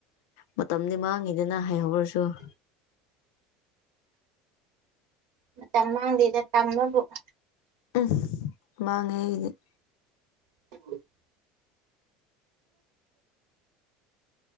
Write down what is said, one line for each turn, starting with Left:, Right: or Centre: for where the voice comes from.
Left: ꯃꯇꯝꯗꯤ ꯃꯥꯡꯉꯤꯗꯅ ꯍꯩꯍꯧꯔꯁꯨ ꯫
Right: ꯃꯇꯝ ꯃꯥꯡꯗꯦꯗ ꯇꯝꯕꯕꯨ ꯫
Left: ꯎꯝ ꯃꯥꯡꯉꯦ ꯑꯩꯗꯤ ꯫
Right: <inaudible>